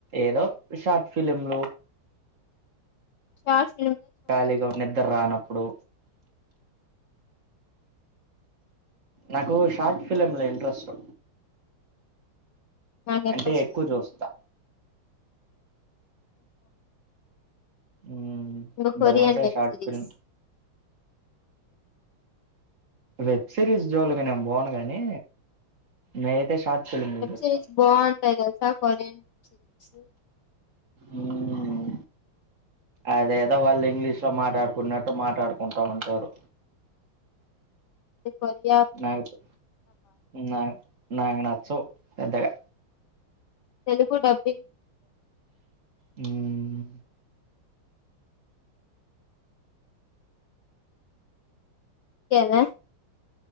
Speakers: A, on the right; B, on the left.
A: ఏదో షార్ట్ ఫిలింలు
B: షార్ట్స్
A: ఖాళీగా నిద్ర రానప్పుడు నాకు షార్ట్ ఫిలింలు ఇంట్రెస్ట్
B: నాకు ఇంట్రెస్ట్
A: అంటే ఎక్కువ
B: లేదు
A: చూస్తా మ్మ్
B: అవునా కొరియన్
A: భలే ఉంటాయి
B: web
A: short
B: series
A: film web series జోలుకి నేను పోను గానీ నేయితే షార్ట్ ఫిలింలు
B: ఎబ్సైజ్
A: చూస్తా
B: బాన్ తెల్సా కొరియన్ వెబ్ సిరీస్
A: మ్మ్ అదేదో వాళ్ళు ఇంగ్లీష్ లో మాట్లాడుకున్నట్టు మాట్లాడుకుంటా ఉంటారు
B: కొరియా
A: నాకు నా నాకు నచ్చువు పెద్దగా
B: తెలుగు డబ్బింగ్
A: హ్మ
B: కేనా